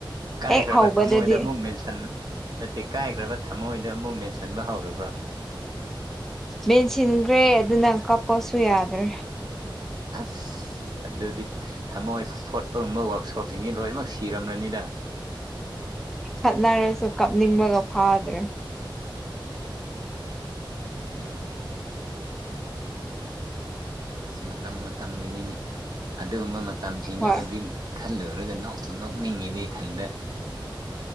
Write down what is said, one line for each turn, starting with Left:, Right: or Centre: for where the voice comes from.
Right: ꯀꯥꯏꯈ꯭ꯔꯕ
Centre: ꯍꯦꯛ ꯍꯧꯕꯗꯗꯤ
Right: ꯊꯃꯣꯏꯗ ꯑꯃꯨꯛ ꯃꯦꯟꯁꯟ ꯅꯠꯇꯦ ꯀꯥꯏꯈ꯭ꯔꯕ ꯊꯝꯃꯣꯏꯗꯣ ꯑꯃꯨꯛ ꯃꯦꯟꯁꯤꯟꯕ ꯍꯧꯔꯕ꯭ꯔꯣ
Centre: ꯃꯦꯟꯁꯤꯟꯈ꯭ꯔꯦ ꯑꯗꯨꯅ ꯀꯞꯄꯁꯨ ꯌꯥꯗ꯭ꯔꯦ
Right: ꯑꯁ ꯑꯗꯨꯗꯤ ꯊꯝꯃꯣꯏ ꯐꯣꯇꯣꯒꯨꯝꯕ ꯋꯥꯛꯁꯣꯞꯁꯤꯡꯁꯤ ꯂꯣꯏꯅꯃꯛ ꯁꯤꯔꯝ꯭ꯔꯅꯤꯅ <inaudible>
Centre: ꯈꯠꯅꯔꯁꯨ ꯀꯞꯅꯤꯡꯕꯒ ꯐꯥꯗ꯭ꯔꯦ
Right: ꯗꯩꯅꯤꯅꯦ ꯃꯇꯝ ꯃꯇꯝꯒꯤꯅꯤꯅꯤ ꯑꯗꯨꯒꯨꯝꯕ ꯃꯇꯝꯁꯤꯡꯗ
Centre: ꯍꯣꯏ
Right: ꯍꯧꯖꯤꯛ ꯈꯜꯂꯨꯔꯒ ꯅꯣꯛꯄꯨ ꯅꯣꯛꯅꯤꯡꯉꯤꯗ ꯏꯊꯟꯗ